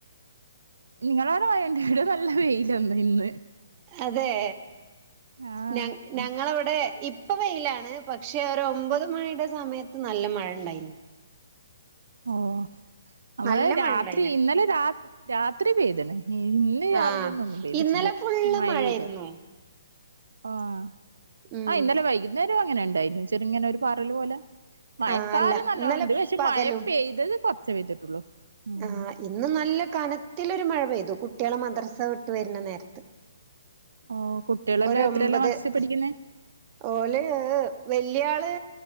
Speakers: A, on the right (about 80°); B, on the right (about 30°).
A: നിങ്ങളവടെ മയണ്ട ഇവിടെ നല്ല വെയിലന്നെ ഇന്ന്.
B: അതെ
A: ആഹ്
B: ഞ ഞങ്ങളവടെ ഇപ്പം വെയിലാണ്. പക്ഷെ ഒരു ഒമ്പത് മണിയുടെ സമയത്ത് നല്ല മഴണ്ടായിന്.
A: ഓഹ് ഇവടെ
B: നല്ല മഴ
A: രാത്രി
B: ഉണ്ടായിന്
A: ഇന്നലെ രാ രാത്രി പെയ്ത്ണ്. ഇന്ന് രാവിലെ
B: ആഹ്
A: ഒന്നും ഒന്നും പെയ്തിട്ടില്ല
B: ഇന്നലെ ഫുള്ള്
A: മഴയില്ല.
B: മഴയായിരുന്നു
A: ആഹ്
B: ഉം
A: ആ ഇന്നലെ വൈകുന്നേരം അങ്ങനെ ഉണ്ടായിരുന്നു ചെറുങ്ങനെ ഒരു പാറല് പോലെ മയക്കാറ്
B: ആഹ് അല്ല
A: നല്ലോണം
B: ഇന്നലെ
A: ഇണ്ട് പക്ഷെ
B: പകലും
A: മഴ പെയ്തത് കൊറച്ചെ പെയ്തിട്ടുള്ളൂ. ഉം
B: ആഹ് ഇന്ന് നല്ല കനത്തിലൊരു മഴ പെയ്തു കുട്ട്യാളെ മദ്രസ വിട്ട് വരുന്ന നേരത്ത്.
A: ഓഹ് കുട്ടേളെല്ലാം
B: ഒരൊമ്പത്
A: എത്രയിലാ മദ്രസിൽ പഠിക്കുന്നേ?
B: ഓല് വല്യാള്